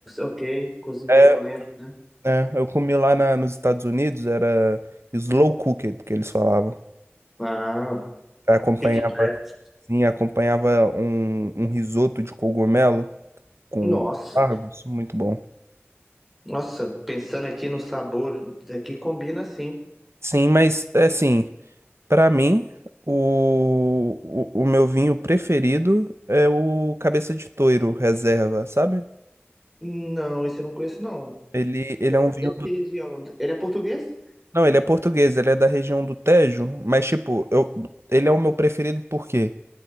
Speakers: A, in the centre; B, on the right.
A: Ok, cozimento
B: É,
A: lento, né?
B: é, eu comi lá na- nos Estados Unidos, era slow cooked que eles falavam.
A: Ah,
B: Acompanhava,
A: chicken breast.
B: sim, acompanhava um, um risoto de cogumelo com
A: Nossa,
B: aspargos, muito bom.
A: nossa, pensando aqui no sabor, aqui combina sim.
B: Sim, mas é assim, pra mim, o, o, o meu vinho preferido é o Cabeça de Touro Reserva, sabe?
A: Não, esse eu não conheço, não.
B: Ele, ele é um vinho
A: É de que região? Ele é português?
B: Não, ele é português, ele é da região do Tejo, mas tipo, eu, ele é o meu preferido por quê?